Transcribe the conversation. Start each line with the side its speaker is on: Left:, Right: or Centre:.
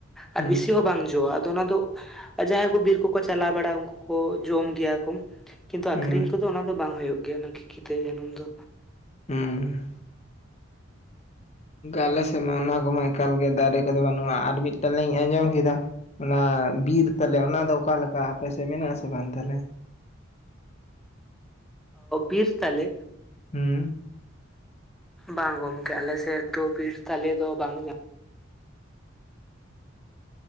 Centre: ᱟᱨ
Left: ᱦᱩᱸ
Centre: ᱵᱤᱥᱤ ᱦᱚᱸ ᱵᱟᱝ ᱡᱚᱜᱼᱟ᱾ ᱟᱫᱚ ᱚᱱᱟ ᱫᱚ ᱟᱨ ᱡᱟᱦᱟᱸᱭ ᱠᱚ ᱵᱤᱨ ᱠᱚᱠᱚ ᱪᱟᱞᱟᱣ ᱵᱟᱲᱟᱜ-ᱟ᱾ ᱩᱝᱠᱩ ᱠᱚ ᱡᱚᱢ ᱜᱮᱭᱟ ᱠᱚ᱾ ᱠᱤᱱᱛᱩ
Left: ᱦᱩᱸ
Centre: ᱟᱠᱷᱨᱤᱧ ᱠᱚᱫᱚ ᱚᱱᱟ ᱫᱚ ᱵᱟᱝ ᱦᱩᱭᱩᱜ ᱜᱮᱭᱟ᱾ ᱚᱱᱟ ᱠᱷᱤᱠᱤᱛᱟ ᱡᱟᱹᱱᱩᱢ ᱫᱚ᱾
Left: ᱦᱩᱸ᱾ ᱟᱞᱮᱥᱮᱫ ᱢᱟ ᱚᱱᱟ ᱠᱚᱢᱟ ᱮᱠᱟᱞ ᱜᱮ ᱫᱟᱨᱮ ᱠᱚᱫᱚ ᱵᱟᱹᱱᱩᱜᱼᱟ᱾ ᱟᱨ ᱢᱤᱴᱮᱱ ᱞᱤᱧ ᱟᱸᱡᱚᱢ ᱠᱮᱫᱟ ᱚᱱᱟ ᱵᱤᱨ ᱛᱟᱞᱮ ᱚᱱᱟ ᱫᱚ ᱚᱠᱟ ᱞᱮᱠᱟ ᱟᱯᱮᱥᱮᱫ ᱢᱮᱱᱟᱜ ᱟᱥᱮ ᱵᱟᱝ ᱛᱟᱞᱮ?
Centre: ᱵᱤᱨ ᱛᱟᱞᱮ?
Left: ᱦᱩᱸ
Centre: ᱵᱟᱝ ᱜᱚᱢᱠᱮ। ᱟᱞᱮᱥᱮᱫ ᱫᱚ ᱵᱤᱨ ᱛᱟᱞᱮ ᱫᱚ ᱵᱟᱝ ᱧᱟ